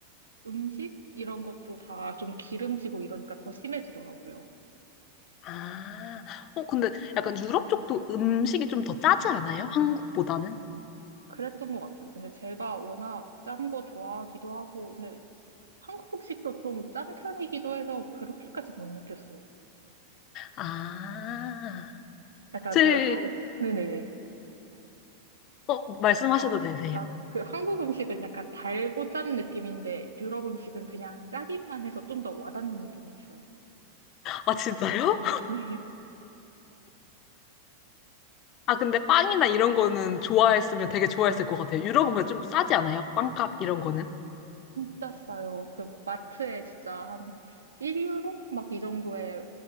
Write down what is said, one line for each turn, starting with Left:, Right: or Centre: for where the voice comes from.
Right: 음식 이런 것도 다 좀 기름지고 이러니까 더 심해지더라고요.
Left: 아, 어, 근데 약간 유럽 쪽도 음식이 좀 더 짜지 않아요? 한국보다는?
Right: 그랬던 것 같아요. 근데 제가 워낙 짠 거 좋아하기도 하고, 근데 한국 음식도 좀 짠 편이기도 해서 그렇게까지 못 느꼈어요.
Left: 아,
Right: 약간
Left: 제,
Right: 그 한, 네네네.
Left: 어, 말씀하셔도
Right: 아,
Left: 되세요.
Right: 아, 그 한국 음식은 약간 달고 짠 느낌인데 유럽 음식은 그냥 짜기만 해서 좀 더 와닿는 느낌은 있어요.
Left: 아, 진짜요?
Right: 네, <laughs>
Left: 아, 근데 빵이나 이런 거는 좋아했으면 되게 좋아했을 것 같아요. 유럽은 그좀 싸지 않아요? 빵값 이런 거는?
Right: 진짜 싸요. 그 마트에 진짜 한 1유로? 막 이 정도에